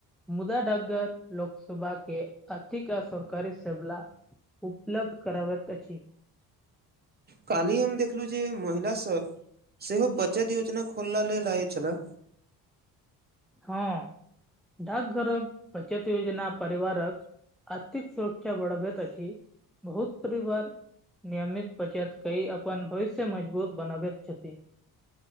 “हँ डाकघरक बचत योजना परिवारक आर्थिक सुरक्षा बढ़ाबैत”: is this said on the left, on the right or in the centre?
Centre